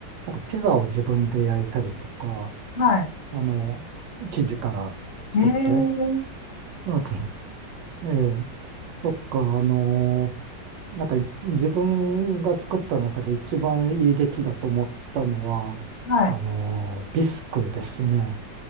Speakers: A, on the right; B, on the left.
A: なんかピザを自分で焼いたりとか、
B: い。はい。
A: あの、生地から作って、
B: ねえ、
A: あと、ええ、そっか、あのーなんか自分が作った中で一番いい出来だと思ったのは、
B: はい。
A: あのービスクですね。